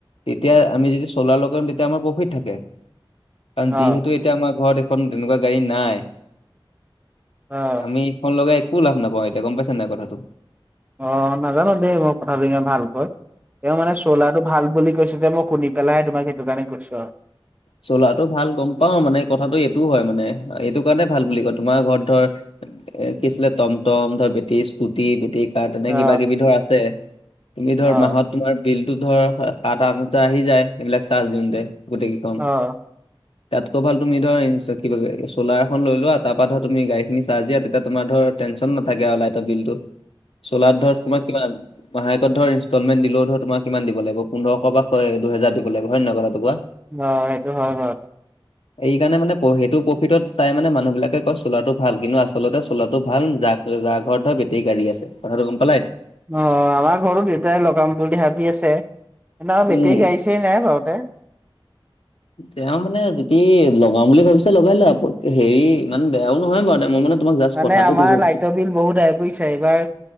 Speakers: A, on the left; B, on the right.
A: তেতিয়া আমি যদি চলাৰ লগাম তেতিয়া আমাৰ প্ৰফিট থাকে কাৰণ
B: অ
A: যিহেতু এতিয়া আমাৰ ঘৰত এখন তেনেকুৱা গাড়ী নাই
B: অ,
A: আমি এখন লগাই একো লাভ নাপাওঁ এতিয়া গম পাইছে নাই কথাটো।
B: অ, নাজানো দেই মই কথাটো ভালকৈ তেওঁ মানে চলাৰটো ভাল বুলি কৈছে যে মই শুনি পেলাই তোমাক সেইটো কাৰণে কৈছো আৰু
A: চলাৰটো ভাল গম পাও মানে কথাটো এইটোও হয় মানে এইটো কাৰণে ভাল বুলি কয় তোমাৰ ঘৰত ধৰ এ কি আছিলে ট'ম ট'ম ধৰ বেটাৰী স্কুটি বেটাৰী তাৰ তেনে
B: অ
A: কিবা কিবি ধৰ আছে তুমি ধৰ
B: অ
A: মাহত তোমাৰ বিলতো ধৰ সাত আঠ হাজাৰ আহি যায় এইবিলাক চাৰ্জ দিওঁতে গোটেই কেইখন
B: অ,
A: তাতকৈ ভাল তুমি ধৰা চলাৰখন লৈ লোৱা আৰু তাৰ পৰাৰা ধৰ তুমি গাড়ীখিনি চাৰ্য দিয়া তেতিয়া তোমাৰ ধৰ টেনচন নথাকে আৰু লাইটৰ বিল টো।
B: <inaudible>
A: চলাৰত ধৰ তোমাৰ কিমান মাহেকত ধৰ ইনষ্টলমেণ্ট দিলেও ধৰ তোমাক কিমান দিব লাগিব পোন্ধৰশ বা হয় দুহেজাৰ দিব লাগিব হয় নাই কথাটো কোৱা।
B: অ, সেইটো হয়, হয়।
A: এইকাৰণে মানে সেইটো প্ৰফিটত চাই মানে মানুহ বিলাকে কয় চোলাৰটো ভাল কিন্তু আচলতে চোলাৰটো ভাল যাক যাৰ ঘৰতৰ ধৰ বেটেৰী গাড়ী আছে কথাটো গম পালা এতিয়া।
B: অঁ, আমাৰ ঘৰটো দেউতাই লগাম বুলি ভাবি আছে কিন্তু আমাৰ বেটেৰী
A: উম।
B: গাড়ী চাড়ী নাই বাৰুতে।
A: তেওঁ মানে যদি লগাম বুলি ভাবিছে লগাই লোৱা হেৰি ইমান বেয়াও নহয় বাৰু মই মানে তোমাক জাষ্ট
B: মানে
A: কথাটো
B: আমাৰ
A: কৈছো।
B: লাইটৰ বিল বহুত আহে বুজিছা এইবাৰ